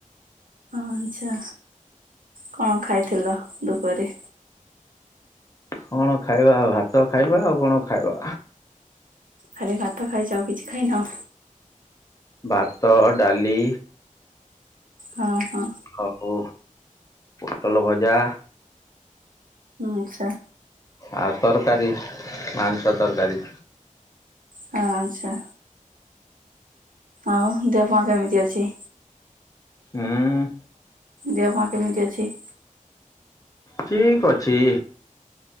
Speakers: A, on the right; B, on the left.
A: ଆଁଛା କଣ ଖାଇଥିଲ ଦୁପରେ।
B: କଣ ଖାଇବା ଭାତ ଖାଇବା ଆଉ କଣ ଖାଇବା।
A: ଖାଲି ଭାତ ଖାଇଛ ଆଉ କିଛି ଖାଇନ।
B: ଭାତ ଡାଲି
A: ହଁ ହଁ।
B: ଆଉ ପୋଟୋଲ ଭଜା।
A: ହଁ ଆଚ୍ଛା।
B: ଆଉ ତରକାରୀ ମାଂସ ତରକାରୀ।
A: ହ ଆଚ୍ଛା। ଆଉ ଦେହ କେମିତି ଅଛି।
B: ହୁଁ।
A: ଦେହ କେମିତି ଅଛି?
B: ଠିକ ଅଛି।